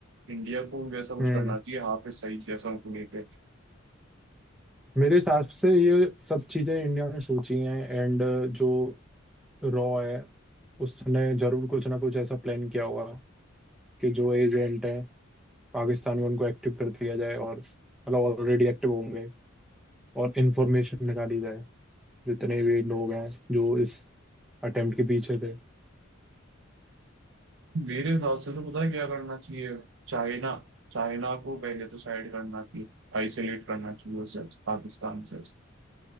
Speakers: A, on the right; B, in the centre.
A: इंडिया को भी वैसा कुछ
B: हम्म
A: करना चाहिए हाफिज सईद जैसा उनको लेके
B: मेरे हिसाब से ये सब चीजें इंडिया ने सोची हैं एंड जो रॉ है उसने जरूर कुछ ना कुछ ऐसा प्लान किया होगा कि जो एजेंट हैं पाकिस्तान में उनको एक्टिव कर दिया जाए और मतलब ऑलरेडी एक्टिव होंगे और इंफॉर्मेशन निकाली जाए जितने भी लोग हैं जो इस अटेम्प्ट के पीछे थे
A: मेरे हिसाब से तो पता है क्या करना चाहिए चाइना चाइना को पहले तो साइड करना चाहिए आइसोलेट करना चाहिए उसे पाकिस्तान से